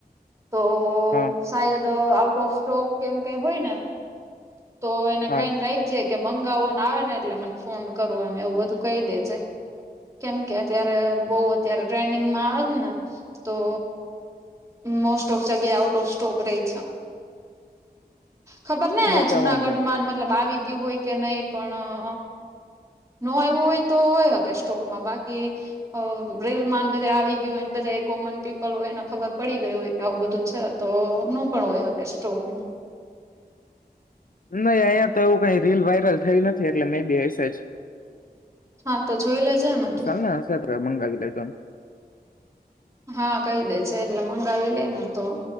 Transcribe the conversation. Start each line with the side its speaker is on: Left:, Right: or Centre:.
Right: તો.
Left: હા.
Right: સાયદ આઉટ ઓફ સ્ટોક કેમ કઈ હોય ને, તો એને
Left: હા
Right: કઈ લઈ જાય. કે મંગાવોને આવે ને, એટલે મને ફોન કરવો, એ એવું બધું કહી દે છે. કેમ કે, અત્યારે બઉ અત્યારે ટ્રેન્ડિંગમાં આવે જ ને તો. મોસ્ટ ઓફ જગ્યા આઉટ ઓફ સ્ટોક રહી છે. ખબર ને,
Left: હા
Right: જુનાગઢ
Left: તે વાંધો
Right: માં મતલબ આવી ગયું હોય કે, નહી પણ. નો આવું હોય, તો હોય, હોકી સ્ટોકમાં બાકી. રિલ માન બધા આવી ગયું હોયને, બધા એ કોમન પીપલ હોયને ખબર પડી ગઈ હોય કે, આવું બધું છે, તો નું પણ હોય, હોકી સ્ટોકમાં.
Left: નહી, અહીંયા તો એવું કઈ રીલ વાયરલ થય નથી, એટલે મે બી હશેજ,
Right: હા, તો જોઈ લે જને તું
Left: ચાલ ને હશે તો મંગાવી લેજો એમ.
Right: હા, કહી દે જે એટલે મંગાવી લેને, તો